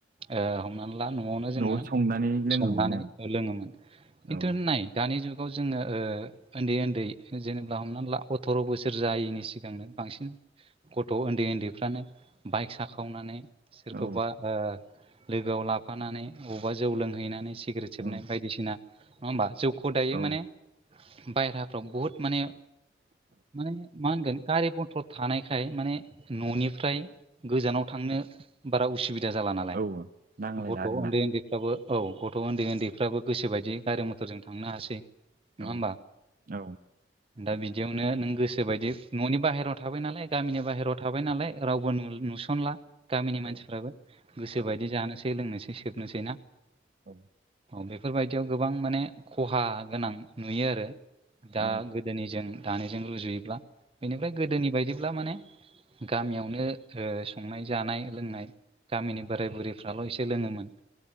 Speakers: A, on the right; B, on the right.
A: ओ हमनानै ला न'आवनो जोङो
B: न'आव संनानै लोङोमोन
A: संनानै लोङोमोन खिन्थु
B: ओं
A: नाय दानि जुगाव जोङो उन्दै उन्दै जेनेबा हमना ला अथ्र' बोसोर जायैनि सिगांनो बांसिन गथ' उन्दै उन्दैफ्रानो बाइक साखावनानै सोरखौबा
B: औ
A: ओ लोगोआव लाफानानै बबावबा जौ लोंहैनानै सिग्रेट सेोबनाय
B: औ
A: बायदिसिना नङा होमबा जौखौ दायो
B: औ
A: माने बायेराफ्राव बुहुद माने माने मा होनगोन फाव थानायखाय माने न'निफ्राय गोजानाव थांनो बारा उसुबिदा जाला नालाय
B: औ नांलायला
A: गथ'
B: आरोना
A: उन्दै उन्दै फ्राबो औ गथ' उन्दै उन्दैफ्राबो गोसोबायदि गारि मथरजों थांनो हासै नङा
B: औ
A: होमबा
B: औ
A: दा बिदियावनो नों गोसोबायदि न'नि बाहेरायाव थाबाय नालाय गामिनि बाहेरायाव थाबाय नालाय रावबो नुसो सनला गामिनि मानसिफ्राबो
B: औ
A: गोसोबायदि
B: औ
A: जानोसै लोंनोसै सोबनोसै ना
B: औ
A: औ बेफोरबायदियाव गोबां माने खहा गोनां नुयो आरो दा
B: औ
A: गो दोनिजों दानायजों रुजुयोब्ला बेनिफ्राय गोदोनि बायदिब्ला माने गामियावनो संनाय जानाय लोंनाय गामिनि बोराय बुरैफ्राल' एसे लोङोमोन